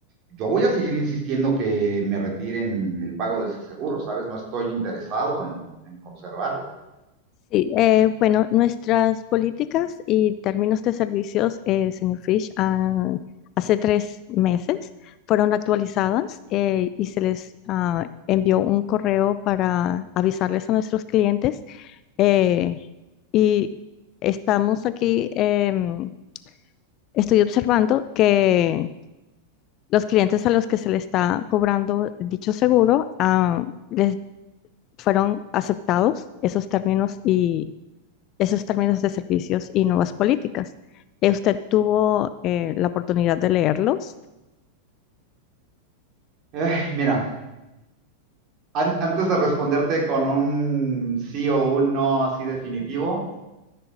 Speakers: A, on the right; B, on the left.
A: yo voy a seguir insistiendo que me retiren el pago de ese seguro, ¿sabes? No estoy interesado en, en conservarlo.
B: Sí, eh, bueno, nuestras políticas y términos de servicios, eh, señor Fish, han- hace tres meses fueron actualizadas eh, y se les ah, envió un correo para avisarles a nuestros clientes. eh, y estamos aquí, em, estoy observando que Los clientes a los que se le está cobrando dicho seguro, ah, les fueron aceptados esos términos y esos términos de servicios y nuevas políticas. Eh, ¿Usted tuvo eh, la oportunidad de leerlos?
A: Eh, mira, an- antes de responderte con un sí o un no así definitivo,